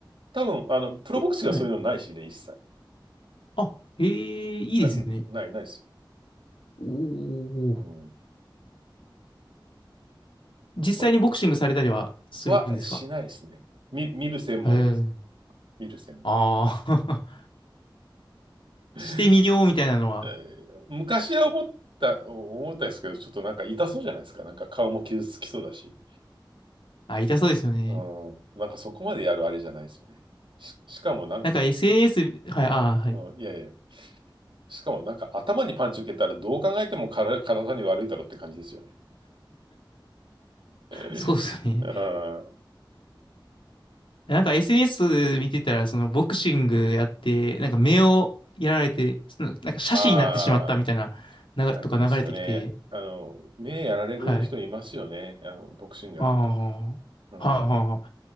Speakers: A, on the right (about 80°); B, on the left (about 85°).
A: 多分、あの、プロボクシングはそういうのないしね、
B: おはい。
A: 一切。
B: あ、へえ、いいですね。
A: な、ない、ないですよ。
B: おお。
A: うん。
B: 実際にボクシングされたりはするんですか
A: ま、は、しないですね。見、見る専門です。
B: へえ。
A: 見る専門。
B: ああ。
A: <laughs> え
B: してみようみたいなのは、
A: ー昔は思った、思ったんですけど、ちょっとなんか痛そうじゃないですか。なんか顔も傷つきそうだし。
B: あ、痛そうですよね。
A: うん。なんかそこまでやるあれじゃないですよね。し、しかもなんか、
B: なんか SNS、はい、
A: うん、
B: あ、はい。
A: うん、いやいや。しかもなんか頭にパンチ受けたらどう考えてもから体に悪いだろうって感じですよね。<laughs>
B: そうですよね。
A: うん。
B: なんか SNS 見てたら、そのボクシングやって、なんか目をやられて、
A: う
B: その、なんか斜視になってしまったみたいな、
A: あ
B: な、
A: あ、
B: とか流れてきて、
A: ありますよね。あの、目やられる人いますよね。
B: はい。
A: あの、ボクシングやってて。
B: ああ、はいはいは
A: うん。